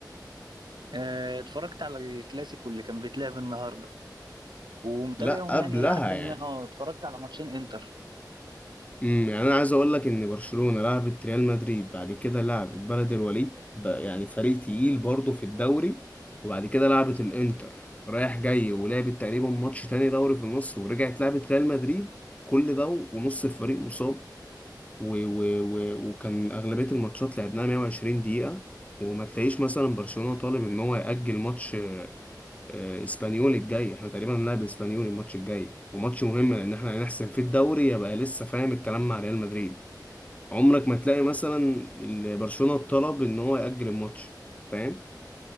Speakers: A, on the right (about 80°); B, on the left (about 20°).
A: اه اتفرجت على الكلاسيكو اللي كان بيتلعب النهارده ومتابعهم
B: لا قبلها
A: يعني الى حد ما
B: يعني
A: اه اتفرجت على ماتشين انتر
B: امم يعني انا عايز اقول لك ان برشلونه لعبت ريال مدريد بعد كده لعبت بلد الوليد بقى يعني فريق تقيل برضه في الدوري وبعد كده لعبت الانتر رايح جاي ولعبت تقريبا ماتش تاني دوري في النص ورجعت لعبت ريال مدريد كل ده ونص الفريق مصاب و و و وكان اغلبيه الماتشات لعبناها 120 دقيقه وما تلاقيش مثلا برشلونة طالب ان هو يأجل ماتش آه، اسبانيول الجاي احنا تقريبا هنلعب اسبانيول الماتش الجاي وماتش مهم لان احنا هنحسم في الدوري يبقى لسه فاهم الكلام مع ريال مدريد عمرك ما تلاقي مثلا ال- برشلونة طلب ان هو يأجل الماتش فاهم